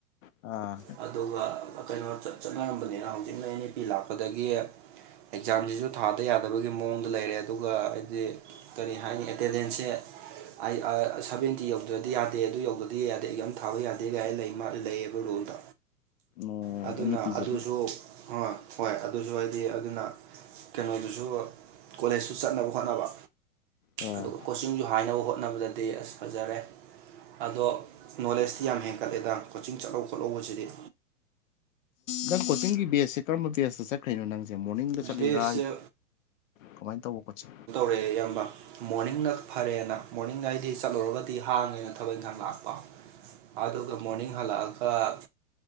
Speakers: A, on the left; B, on the right.
A: ꯑꯥ
B: ꯑꯗꯨꯒ ꯀꯩꯅꯣ ꯆꯠꯅꯔꯝꯕꯅꯤꯅ ꯍꯧꯖꯤꯛꯅ ꯑꯦ ꯅꯨꯄꯤ ꯂꯥꯛꯄꯗꯒꯤ ꯑꯦꯛꯖꯥꯝꯁꯤꯁꯨ ꯊꯥꯗ ꯌꯥꯗꯕꯒꯤ ꯃꯑꯣꯡꯗ ꯂꯩꯔꯦ ꯑꯗꯨꯒ ꯍꯥꯏꯗꯤ ꯀꯔꯤ ꯍꯥꯏꯅꯤ ꯑꯦꯇꯦꯟꯗꯦꯟꯁꯁꯦ ꯑꯩ ꯁꯕꯦꯟꯇꯤ ꯌꯧꯗ꯭ꯔꯗꯤ ꯌꯥꯗꯦ ꯑꯗꯨ ꯌꯧꯗꯗꯤ ꯌꯥꯗꯦ ꯑꯩ ꯌꯥꯝ ꯊꯥꯕ ꯌꯥꯗꯦ ꯑꯩꯒꯥꯏ ꯂꯩ ꯂꯩꯌꯦꯕ ꯔꯣꯜꯗ
A: ꯑꯣ
B: ꯑꯗꯨꯅ
A: ꯑꯦꯟ ꯏ ꯄꯤꯁꯦ
B: ꯑꯗꯨꯁꯨ ꯑ ꯍꯣꯏ ꯑꯗꯨꯁꯨ ꯍꯥꯏꯗꯤ ꯑꯗꯨꯅ ꯀꯩꯅꯣꯗꯨꯁꯨ ꯀꯣꯂꯦꯖꯇꯨ ꯆꯠꯅꯕ ꯍꯣꯠꯅꯕ
A: ꯑꯥ
B: ꯑꯗꯨꯒ ꯀꯣꯆꯤꯡꯁꯨ ꯍꯥꯏꯅꯕ ꯍꯣꯠꯅꯕꯗꯗꯤ ꯑꯁ ꯐꯖꯔꯦ ꯑꯗꯣ ꯅꯣꯂꯦꯖꯇꯤ ꯌꯥꯝ ꯍꯦꯟ ꯍꯥꯏꯒꯠꯂꯦꯗ ꯀꯣꯆꯤꯡ ꯆꯠꯍꯧ ꯈꯣꯠꯍꯧꯕꯁꯤꯗꯤ
A: ꯅ ꯀꯣꯆꯤꯡꯒꯤ ꯕꯤ ꯑꯦꯁꯦ ꯀꯔꯝꯕ ꯕꯤꯁ ꯆꯠ ꯀꯩꯅꯣ ꯅꯪꯖꯦ ꯃꯣꯔꯅꯤꯡꯗ ꯆꯠꯂꯤꯔꯥ
B: ꯕꯦꯁꯁꯦ
A: ꯀꯃꯥꯏꯟ ꯇꯧꯕ ꯀꯣꯆꯤ
B: ꯍꯣꯏꯦ ꯏꯌꯥꯝꯕ ꯃꯣꯔꯅꯤꯡꯅ ꯐꯔꯦꯅ ꯃꯣꯔꯅꯤꯡ ꯍꯥꯏꯗꯤ ꯆꯠꯂꯨꯔꯒꯗꯤ ꯍꯥꯡꯉꯦꯅ ꯊꯕꯛ ꯏꯪꯈꯥꯡ ꯂꯥꯛꯄ ꯑꯗꯨꯒ ꯃꯣꯔꯅꯤꯡ ꯍꯜꯂꯛꯑꯒ